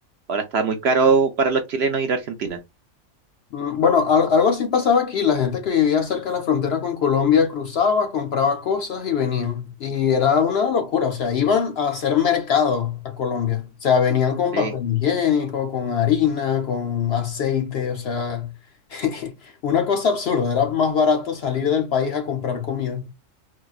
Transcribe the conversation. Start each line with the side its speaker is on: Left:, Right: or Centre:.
Right: Ahora está muy caro para los chilenos ir a Argentina.
Left: Mm, Bueno, al- algo así pasaba aquí. La gente que vivía cerca de la frontera con Colombia cruzaba, compraba cosas y venían. Y era una locura. O sea, iban a hacer mercado a Colombia. O sea, venían con
Right: Sí,
Left: papel higiénico, con harina, con aceite. O sea, <laughs> una cosa absurda. Era más barato salir del país a comprar comida.